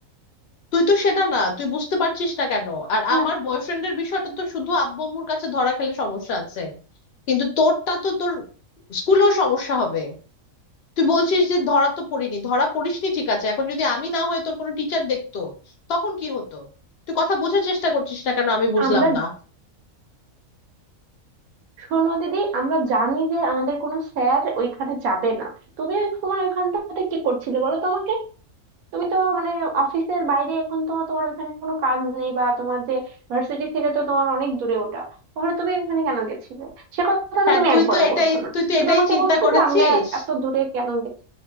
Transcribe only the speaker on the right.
হ্যাঁ
আমরা
শোনো দিদি আমরা জানি যে আমাদের কোনো স্যার ওইখানে যাবে না তুমি ওই সময় ওইখানটাতে কি করছিলে বলো তো আমাকে তুমি তো মানে অফিসের বাইরে এখন তো তোমার ওখানে কোনো কাজ নেই বা তোমার যে ভার্সিটি থেকে তো তোমার অনেক দূরে ওটা তাহলে তুমি ওখানে কেন গেছিলে সে কথা
তো তুমি
একবারও
বলছো না
শুধু
আমাকে
বলছো
যে আমরা এত দূরে কেন গেছি